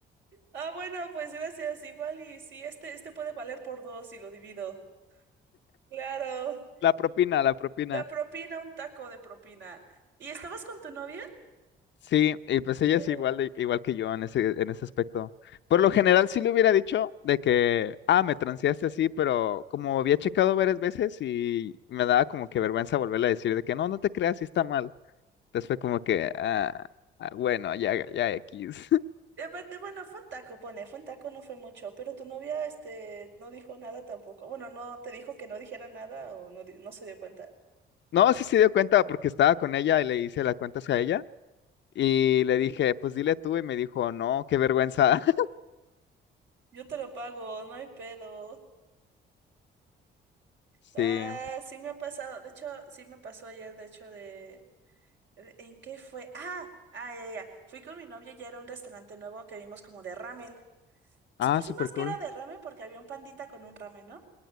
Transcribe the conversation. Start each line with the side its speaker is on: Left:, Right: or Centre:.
Right: Ah, bueno, pues gracias. Igual y si este, este puede valer por dos y lo divido. Claro.
Left: La propina, la propina.
Right: La propina, un taco de propina. ¿Y estabas con tu novia?
Left: Sí, y pues
Right: ¿Y
Left: ella
Right: qué?
Left: es igual de, igual que yo en ese, en ese aspecto. Por lo general sí le hubiera dicho de que, ah, me transeaste así, pero como había checado varias veces y me daba como que vergüenza volverle a decir de que no, no te creas, sí está mal. Entonces fue como que, ah, ah, bueno, ya, ya X. <laughs>
Right: Y aparte, bueno, fue un taco, pone, fue un taco, no fue mucho, pero tu novia, este, no dijo nada tampoco. Bueno, no, te dijo que no dijera nada o no, di- no se dio cuenta.
Left: No, sí se dio cuenta porque estaba con ella y le hice las cuentas a ella y le dije, pues dile tú y me dijo, no, qué vergüenza. <laughs>
Right: Yo te lo pago, no hay pedo.
Left: Sí,
Right: Ah, sí me ha pasado. De hecho, sí me pasó ayer, de hecho, de... Eh, ¿En qué fue? Ah, ah, ya, ya. Fui con mi novio ya era un restaurante nuevo que vimos como de ramen. Supusimos
Left: ah, súper cool.
Right: que era de ramen porque había un pandita con un ramen, ¿no?